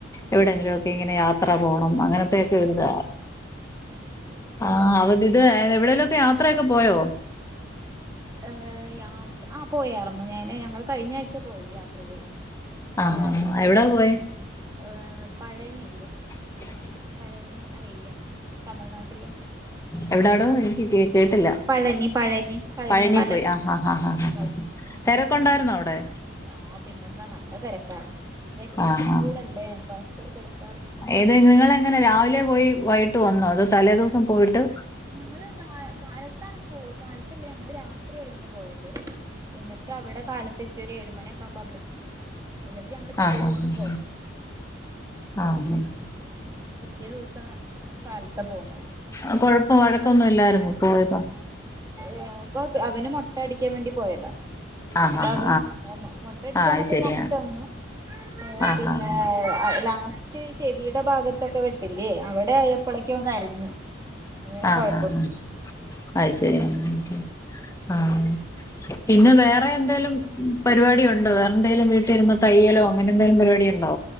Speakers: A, on the left; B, on the right.
A: എവിടെങ്കിലും
B: ഉം
A: ഒക്കെ ഇങ്ങനെ യാത്ര പോണം അങ്ങനത്തയൊക്കെ ഒര് ഇതാ
B: <unintelligible>
A: ആഹ് അവത് ഇത് എവിടേലും ഒക്കെ യാത്രയൊക്കെ പോയോ
B: ഏഹ് യാത് ആഹ് പോയായിരുന്നു ഞാന് ഞങ്ങള് കഴിഞ്ഞ ആഴ്ച പോയി യാത്ര പോയി
A: ആഹ്
B: ഏഹ്
A: ആഹ്
B: എന്റെ
A: ആഹ് എവ്ടാ പോയേ
B: ഏഹ് പഴനി ഇല്ലേ
A: <inaudible>
B: പഴനി അറിയില്ലേ തമിഴ്നാട്ട്ലെ
A: എവ്ടാടോ എനിക്ക് കേ കേട്ടില്ല
B: പഴനി പഴനി പഴനിമല
A: പഴനി പോയി ആഹ് ആഹ് ആഹ് ആഹാ
B: ആ
A: തെരക്കൊണ്ടായിര്ന്നോ അവ്ടെ
B: ആഹ് പിന്നെന്താ നല്ല തെരക്കാർന്നു വെക്കേഷനും
A: ആഹ്
B: കൂടല്ലേ ഭയങ്കര തെരക്കാർന്ന്
A: ഏതേ നിങ്ങളെങ്ങനെ രാവിലെ പോയി വൈകിട്ട് വന്നോ അതോ തലേ ദിവസം പോയ്ട്ട്
B: ഞങ്ങള് കായ് കാലത്താണ് പോ കാലത്തല്ല ഞങ്ങള് രാത്ര്യാ ഇവട്ന്ന് പോയത് എന്നിട്ട് അവിടെ കാലത്തെത്തി ഒരു ഏഴി മണ്യൊക്കൊവുമ്പോ അവ്ടെത്തി. എന്നിട്ട് ഞങ്ങള് പിറ്റേ
A: ആഹ്
B: ദിവസം
A: ആഹ്
B: പോന്ന്.
A: ആഹ്
B: പിറ്റേ ദിവസം കാലത്താ പോന്നത്
A: ആ കൊഴപ്പം വഴക്കൊന്നും ഇല്ലായിര്ന്നു പോയപ്പോ
B: ഏഹ് കൊഴപ്പീ അവന് മൊട്ടയടിക്കാൻ വേണ്ടി പോയതാ.
A: ആഹ്
B: അപ്പ
A: ആഹ്
B: അവൻ ആഹ് മൊട്ടയടിക്കാനൊക്കെ
A: ആഹ് അത് ശരിയാ
B: കാണ്ച്ചന്നു. ഏഹ്
A: ആഹ്
B: പിന്നേ
A: ആഹ്
B: അയ് ലാസ് റ്റ് ചെവീടെ ഭാഗത്തൊക്കെ വെട്ടില്ലേ അവിടെ ആയപ്പളേക്കും അവൻ കരഞ്ഞു. അതുവരെ
A: ആഹ്
B: കൊഴപ്പൊന്നുല്ല
A: ആഹ് ഹ അത്ശരി അത്ശരി ആഹ് പിന്നെ വേറെ എന്തേലും പരുപാടി ഒണ്ടോ വേറെന്തേലും വീട്ടീര്ന്ന് തയ്യലോ അങ്ങനെന്തേലും പര്വാടിയൊണ്ടോ?